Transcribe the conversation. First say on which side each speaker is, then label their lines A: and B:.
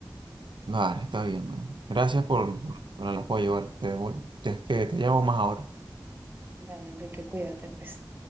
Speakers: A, on the right; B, on the right.
A: Vale, está bien, bueno. Gracias por, por el apoyo, vale. Te, voy- te- que te llamo más ahora.
B: Dale, Enrique, cuídate, pues.